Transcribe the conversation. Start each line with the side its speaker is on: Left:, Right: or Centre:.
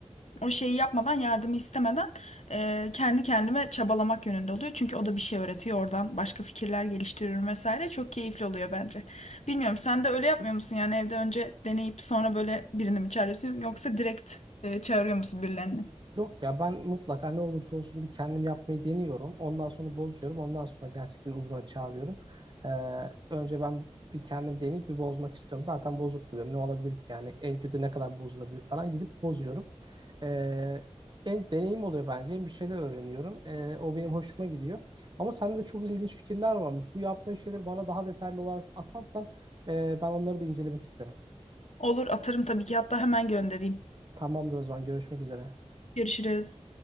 Left: o şeyi yapmadan yardımı istemeden e, kendi kendime çabalamak yönünde oluyor. Çünkü o da bir şey öğretiyor oradan başka fikirler geliştiriyorum vesaire çok keyifli oluyor bence. Bilmiyorum sen de öyle yapmıyor musun yani evde önce deneyip sonra böyle birini mi çağırıyorsun yoksa direkt e, çağırıyor musun birilerini?
Right: Yok ya ben mutlaka ne olursa olsun bir kendim yapmayı deniyorum. Ondan sonra bozuyorum. Ondan sonra gerçek bir uzmanı çağırıyorum. Ee, önce ben bir kendim deneyip bir bozmak istiyorum. Zaten bozuk diyorum. Ne olabilir ki yani en kötü ne kadar bozulabilir falan gidip bozuyorum. Ee, en deneyim oluyor bence. Hem bir şeyler öğreniyorum. Ee, o benim hoşuma gidiyor. Ama sende de çok ilginç fikirler varmış. Bu yaptığın şeyleri bana daha detaylı olarak atarsan e, ben onları da incelemek isterim.
Left: Olur atarım tabii ki hatta hemen göndereyim.
Right: Tamamdır o zaman görüşmek üzere.
Left: Görüşürüz.